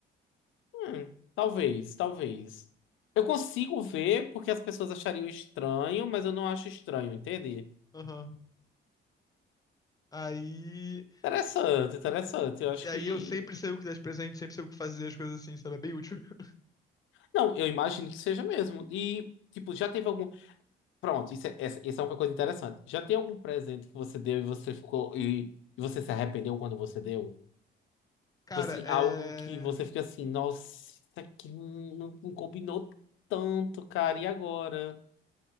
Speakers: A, on the left (about 80°); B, on the left (about 20°).
A: Hum, talvez, talvez. Eu consigo ver porque as pessoas achariam estranho, mas eu não acho estranho, entende?
B: Aham. Aí.
A: Interessante, interessante. Eu acho
B: E aí
A: que.
B: eu sempre sei o que dar de presente, sempre sei o que fazer, as coisas assim, sabe? É bem útil. <laughs>
A: Não, eu imagino que seja mesmo. E, tipo, já teve algum. Pronto, isso é, essa, isso é uma coisa interessante. Já tem algum presente que você deu e você ficou. E, e você se arrependeu quando você deu?
B: Cara,
A: Tipo assim,
B: é.
A: algo que você fica assim, nossa, isso aqui não, não combinou tanto, cara, e agora?